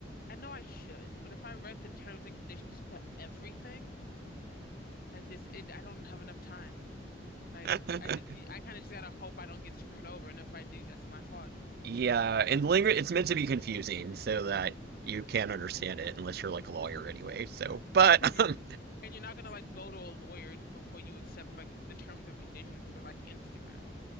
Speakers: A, on the left; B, on the right.
A: "I know I should, but if I read the terms and conditions to everything, I just it I don't have enough time." Like
B: <laughs>
A: I just I kind of just gotta hope I don't get screwed over, and if I do, that's my fault.
B: Yeah, and language it's meant to be confusing so that you can't understand it unless you're like a lawyer anyway. So, but
A: <laughs>
B: <laughs> um,
A: And you're not gonna like go to a lawyer before you accept like the terms of conditions for like Instagram.